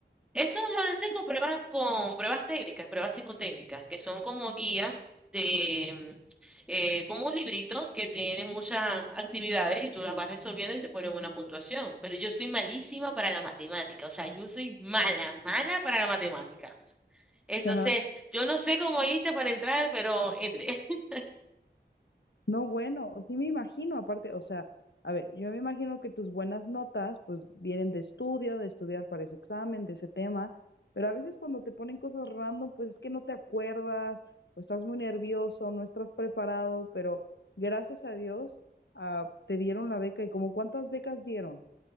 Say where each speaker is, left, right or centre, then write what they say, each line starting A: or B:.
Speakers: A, in the centre; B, on the left.
A: Eso lo hacen con pruebas, con pruebas técnicas, pruebas psicotécnicas, que son como guías de, eh, como un librito que tiene muchas actividades y tú las vas resolviendo y te ponen una puntuación. Pero yo soy malísima para la matemática, o sea, yo soy mala, mala para la matemática. Entonces,
B: Ajá.
A: yo no sé cómo hice para entrar, pero entré. <laughs>
B: No, bueno, o sí me imagino, aparte, o sea, a ver, yo me imagino que tus buenas notas, pues, vienen de estudio, de estudiar para ese examen, de ese tema, pero a veces cuando te ponen cosas random, pues es que no te acuerdas, o estás muy nervioso, no estás preparado, pero gracias a Dios, ah, te dieron la beca. ¿Y como cuántas becas dieron?